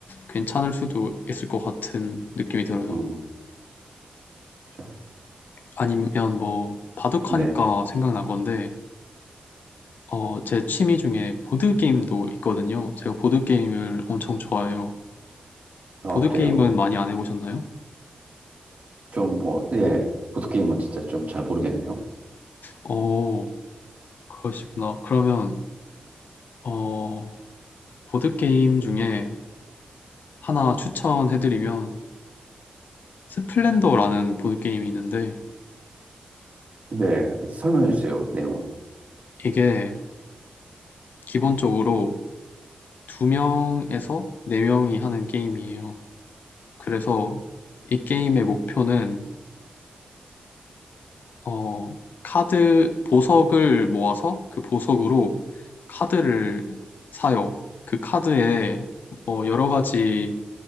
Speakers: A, on the left (about 80°); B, on the right (about 55°).
A: 괜찮을 수도 있을 것 같은 느낌이 들어요.
B: 음, 그렇죠.
A: 아니면 뭐 바둑하니까
B: 네,
A: 생각난 건데 어, 제 취미 중에 보드게임도 있거든요. 제가 보드게임을 엄청 좋아해요.
B: 아
A: 보드게임은
B: 그래요.
A: 많이 안 해보셨나요?
B: 좀 뭐, 예, 보드 게임은 진짜 좀 잘 모르겠네요.
A: 어, 그러시구나. 그러면, 어, 보드게임 중에 하나 추천해드리면, 스플렌더라는 보드게임이 있는데,
B: 네, 설명해 주세요, 내용을.
A: 이게 기본적으로 두 명에서 네 명이 하는 게임이에요. 그래서 이 게임의 목표는 어, 카드 보석을 모아서 그 보석으로 카드를 사요. 그 카드에 뭐 여러 가지